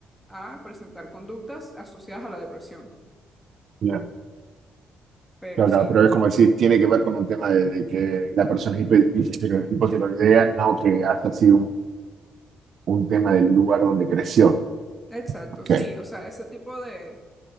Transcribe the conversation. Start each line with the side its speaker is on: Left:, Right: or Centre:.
Centre: a presentar conductas asociadas a la depresión.
Right: bien,
Centre: Pero
Right: claro,
Centre: sí,
Right: claro, pero es como decir, tiene que ver con un tema de, de que la persona es hiper- hiper- hipotiroidea, no que haya sido un tema del lugar donde creció.
Centre: exacto,
Right: Ok,
Centre: sí, o sea, ese tipo de